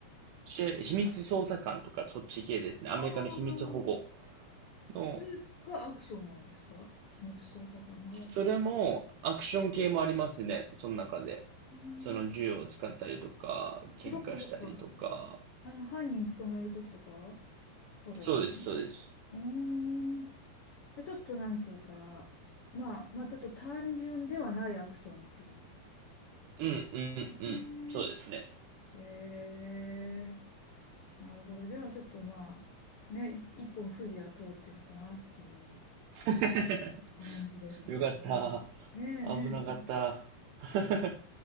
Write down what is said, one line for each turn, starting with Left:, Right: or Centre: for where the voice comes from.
Right: し、秘密捜査官とかそっち系ですね。アメリカの秘密保護
Left: ああー、
Right: の、
Left: それがアクションなんですか秘密捜査官が。
Right: それもアクション系もありますね。その中で。
Left: うん。
Right: その銃を使ったりとか、喧嘩したりとか。
Left: あそっかそっか。あの、犯人捕まえるときとか、ってことですかね。
Right: そうです、そうです。
Left: うーん。で、ちょっとなんつうか、まあ、まあちょっと単純ではないアクションっていう。
Right: うん、うん、うん。
Left: ね
Right: そうですね。
Left: えー、なるほど。じゃあちょっとまあ、ね、い一本筋は通ってるかなっていう
Right: <laughs>
Left: 感じですね。
Right: よかった。
Left: ねえねえ、
Right: 危なかった。<laughs>